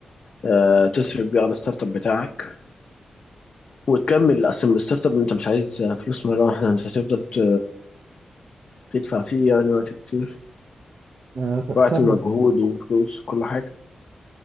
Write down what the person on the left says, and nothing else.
آه، تصرف بيه على الستارت اب بتاعك وتكمل اصلا الستارت اب انت مش عايز فلوس مره واحده انت هتفضل ت- تدفع فيه يعني وقت كتير
وقت
ومجهود وفلوس وكل حاجه